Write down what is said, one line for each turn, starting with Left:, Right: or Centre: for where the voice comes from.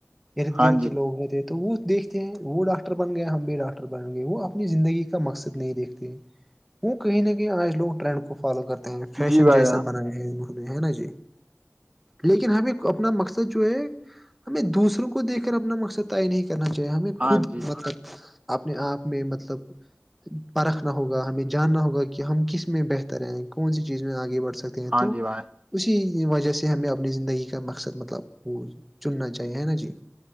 Centre: ارد
Right: ہاں
Centre: گرد
Right: جی
Centre: کے لوگ ہوتے تو وہ دیکھتے ہیں وہ ڈاکٹر بن گئے ہم بھی ڈاکٹر بن گے وہ اپنی زندگی کا مقصد نہیں دیکھتے وہ کہیں نہ کہیں آج لوگ ٹرینڈ کو فالو کرتے ہیں فیشن
Right: جی بھائی
Centre: جیسا
Right: جان
Centre: بنایا ہے انہوں نے ہے نا جی لیکن ہمیں اپنا مقصد جو ہے ہمیں دوسروں کو دیکھ کر اپنا مقصد یہ نہیں کرنا چاہیے ہمیں
Right: ہاں
Centre: خود
Right: جی
Centre: مطلب اپنے آپ میں مطلب پرکھنا ہوگا ہمیں جاننا ہوگا کہ ہم کس میں بہتر ہیں کون سی چیز میں آگے بڑھ سکتے
Right: ہاں
Centre: تو
Right: جی بھائی
Centre: <inaudible> اسی وجہ سے ہمیں اپنی زندگی کا مقصد مطلب وہ چننا چاہیے ہے نا جی